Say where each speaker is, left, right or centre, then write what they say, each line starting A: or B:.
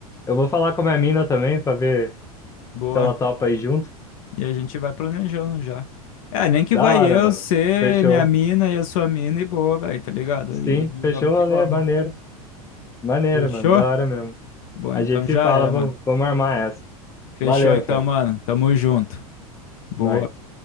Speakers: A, on the left; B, on the left.
A: eu vou falar com a minha mina também, pra ver
B: boa.
A: se ela topa aí junto.
B: E a gente vai planejando já. É, nem que
A: Da
B: vai
A: hora,
B: eu,
A: mano.
B: ser
A: Fechou.
B: minha mina e a sua mina e boa, velho, tá ligado?
A: Sim,
B: E
A: fechou
B: vamos que
A: o rolê,
B: vamos.
A: maneiro. Maneiro,
B: Fechou?
A: mano, da hora mesmo.
B: Bom,
A: A
B: então
A: gente se
B: já
A: fala,
B: é, mano.
A: vamos, vamos armar essa.
B: Fechou
A: Valeu,
B: então,
A: Fred.
B: mano. Tamo junto. Boa.
A: Nós.